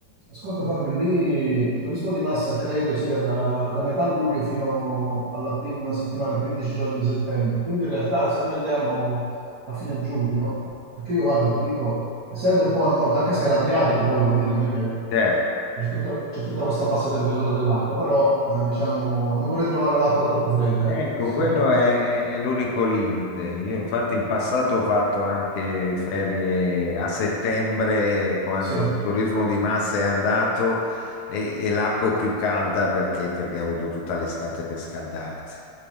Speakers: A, on the right (about 65°); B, on the left (about 70°).
A: ascolta Fabio, lì il turismo di massa credo sia da, da metà luglio fino alla prima settimana, i primi dieci giorni di settembre. Quindi in realtà se noi andiamo a fine giugno, perché io vado, ti dico, essendo un po' a nord, anche se è l'Adriatico poi, voglio dire, non è che
B: Certo.
A: che c'è tutta, c'è tutta questa bassa temperatura dell'acqua, però eh, diciamo non vorrei trovare l'acqua troppo fredda,
B: Ecco,
A: ecco. <laughs>
B: quello è, è- è l'unico limite. Io infatti in passato ho fatto anche ferie a settembre, quando
A: Sì,
B: il turismo di massa è andato e, e l'acqua è più calda perché, perché ha avuto tutta l'estate per scaldarsi.